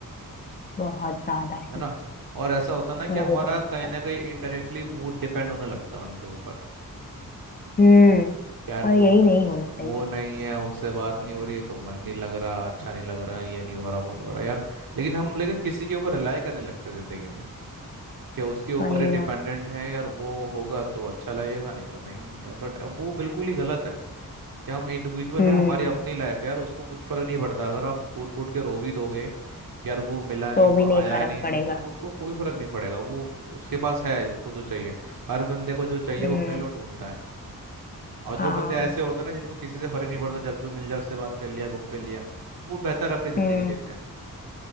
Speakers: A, on the left; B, on the right.
A: <laughs> बहुत ज्यादा ही
B: है ना और ऐसा होता है ना कि
A: मुझे
B: हमारा
A: तो बहुत
B: कहीं
A: ज्यादा
B: ना कहीं इनडायरेक्टली मूड डिपेंड होने लगता है उनके ऊपर
A: हम्म
B: यार वो
A: और यही नहीं होना चाहिए
B: वो नहीं है उससे बात नहीं हो रही तो मन नहीं लग रहा अच्छा नहीं लग रहा ये नहीं हो रहा वो नहीं हो रहा यार लेकिन हम लेकिन किसी के ऊपर रिलाई करने लगते हैं जिंदगी में कि उसके ऊपर
A: वही
B: ही डिपेंडेंट
A: ना
B: है यार वो होगा तो अच्छा लगेगा नहीं तो नहीं यार बट वो बिल्कुल ही गलत है क्या हम इंडिविजुअल
A: हम्म
B: है हमारी अपनी लाइफ है यार उसको कुछ फर्क नहीं पड़ता अगर आप फूट फूट के रो भी दोगे कि यार वो मिला नहीं
A: तो
B: वो
A: भी नहीं
B: आया
A: फर्क
B: नहीं
A: पड़ेगा
B: तो उसको कोई फर्क नहीं पड़ेगा वो उसके पास है उसको जो चाहिए हर बंदे को जो चाहिए
A: हम्म
B: वो अपने लिए ढूंढता है और
A: हाँ
B: जो बंदे ऐसे होते हैं ना जिनको किसी से फर्क नहीं पड़ता जब जो मिल जाए उससे बात कर लिया घूम फिर लिया वो बेहतर अपनी जिंदगी
A: हम्म
B: जीते हैं